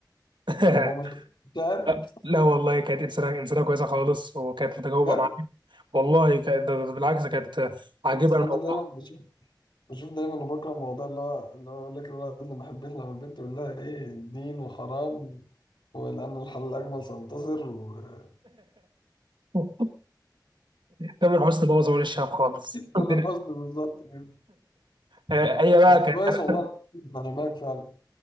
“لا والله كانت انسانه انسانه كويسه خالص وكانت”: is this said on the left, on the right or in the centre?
Right